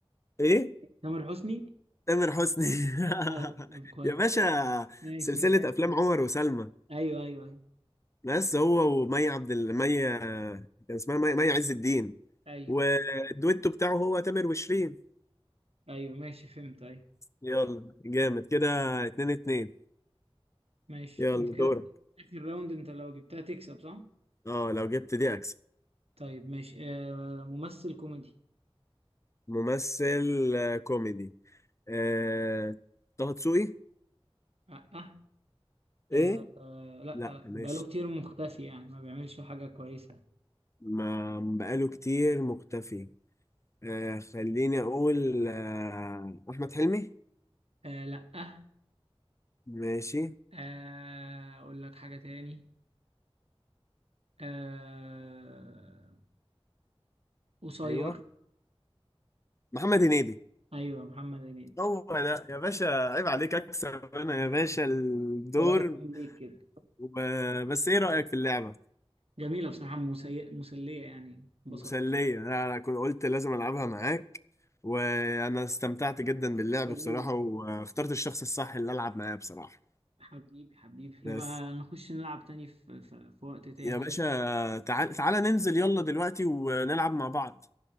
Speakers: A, on the left (about 30°); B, on the right (about 80°).
A: ايه
B: تامر حسني
A: تامر حسني
B: آه،
A: <laughs>
B: طب كويس
A: يا باشا
B: ماشي
A: سلسلة أفلام عمر وسلمى
B: ايوه ايوه ايوه
A: بس هو ومي عبد ال- مي كان اسمها مي, مي عز الدين
B: ايوه
A: والدويتو بتاعه هو تامر وشيرين
B: ايوه ماشي فهمت ايوه
A: يلا جامد كده اتنين اتنين
B: ماشي
A: يلا
B: انت
A: دورك
B: كده اخر راوند انت لو جبتها تكسب صح
A: اه لو جبت دي أكسب
B: طيب ماشي آه ممثل كوميدي
A: ممثل آه، كوميدي آه، طه دسوقي
B: آه, آه, آه,
A: ايه
B: آه لا
A: لا
B: لا
A: ماشي
B: بقاله كتير مختفي يعني ما بيعملش حاجه كويسه
A: ما بقاله كتير مختفي آه، خليني أقول آه، أحمد حلمي
B: آه لا آه
A: ماشي
B: آه، اقول لك حاجه تاني آه... قصير
A: ايوه محمد هنيدي
B: ايوه محمد هنيدي
A: هو ده يا باشا عيب عليك اكسب انا يا باشا الدور
B: ثلاثة اتنين ليك كده
A: وب... بس ايه رأيك في اللعبة
B: جميلة بصراحة مسي... مسلية يعني انبسطت
A: مسلية انا كنت قلت لازم العبها معاك وانا استمتعت جدا باللعب
B: سلمي
A: بصراحة واخترت الشخص الصح اللي العب معاه بصراحة
B: حبيبي حبيبي
A: بس
B: نبقى نخش نلعب تاني في, في... في وقت تاني
A: يا باشا تعال تعال ننزل يلا دلوقتي ونلعب مع بعض